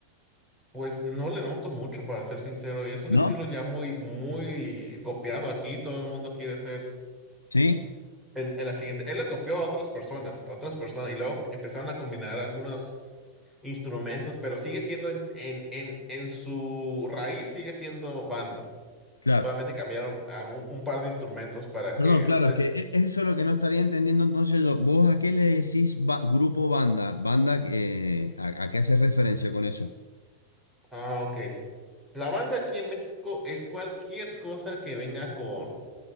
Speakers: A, in the centre; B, on the left.
A: pues no le noto mucho, para ser sincero, y es un
B: ¿no?
A: estilo ya muy, muy copiado aquí, todo el mundo quiere ser
B: ¿Sí?
A: el- el- la siguiente, él lo copió a otras personas, a otras personas, y luego empezaron a combinar algunos instrumentos, pero sigue siendo en, en, en, en su raíz, sigue siendo banda.
B: Claro.
A: Solamente cambiaron a un, un par de instrumentos para
B: Perdón,
A: que...
B: claro,
A: se-
B: es que
A: se-
B: e- eso es lo que no estaría entendiendo entonces yo. ¿Vos a qué le decís ba- grupo banda? ¿Banda eh, a, a qué haces referencia con eso?
A: ah, ok. La banda aquí en México es cualquier cosa que venga con,